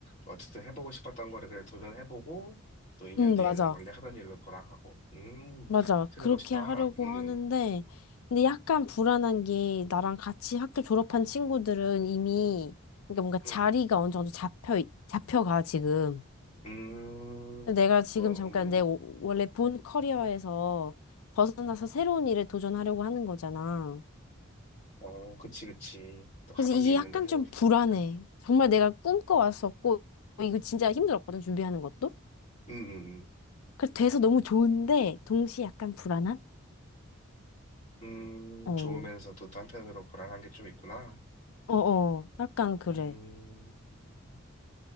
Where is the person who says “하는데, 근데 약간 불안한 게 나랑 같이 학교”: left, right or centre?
Left